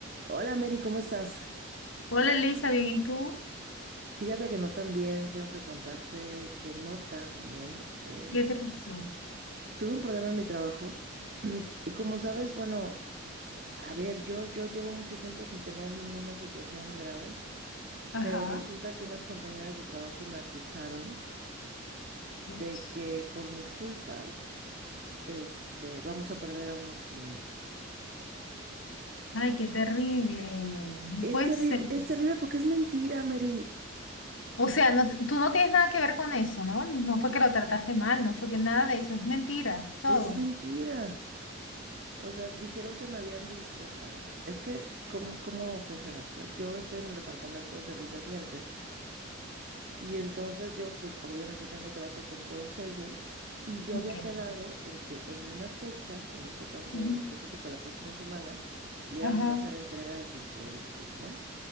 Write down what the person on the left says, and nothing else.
Hola Elisa, bien, ¿y tú?
¿Qué te pasó?
Ajá.
Dios.
Ay, qué terrible. No
puede
ser.
O sea, no, te- tú no tienes nada que ver con eso, ¿no? No fue que lo trataste mal, no fue que nada de eso, es mentira, todo.
Ok.
Ujú.
Ajá.